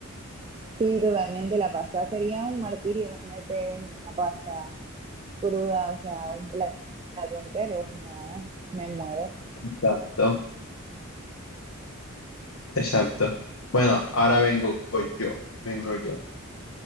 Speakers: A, on the right; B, on the left.
A: sí, totalmente. La pasta sería un martirio comerte una pasta cruda, o sea, un pla- plato entero. No, me muero.
B: Exacto, exacto. Bueno, ahora vengo yo, vengo yo.